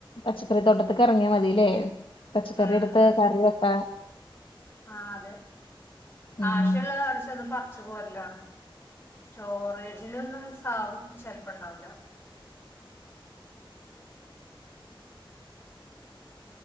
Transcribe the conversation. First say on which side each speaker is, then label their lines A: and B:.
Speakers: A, on the left (about 70°); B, on the left (about 25°).
A: പച്ചക്കറി തോട്ടത്തക്ക് എറങ്ങിയാ മതില്ലേ പച്ചക്കറി
B: ഉം
A: എടുത്ത്
B: ഉം
A: കറി വെക്കാം
B: ആ അതെ
A: ഉം
B: ആവശ്യമുള്ളത് അവിടെച്ചെന്ന് പറിച്ച് പോരലാണ് സ്റ്റോറേജിലൊന്നും സ ചെലപ്പുണ്ടാവില്ല